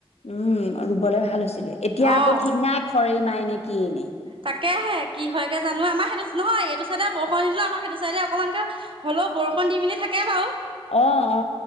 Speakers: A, on the left (about 85°); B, on the right (about 55°).
A: উম। উম, ৰুবলৈ ভাল হৈছিলে, এতিয়া
B: অ',
A: আকৌ ঠিক নাই খৰে মাৰে নে কি এনে।
B: তাকেহে কি হয় গে জানো আমাৰ সেইটো চ নহয় এইটো চাইডে বৰষুণ নিদিলো আমাৰ সেইটো চাইডে অকমানকে হ। অলপ বৰষুণ দি মেলি থাকে বাৰু।
A: অ অ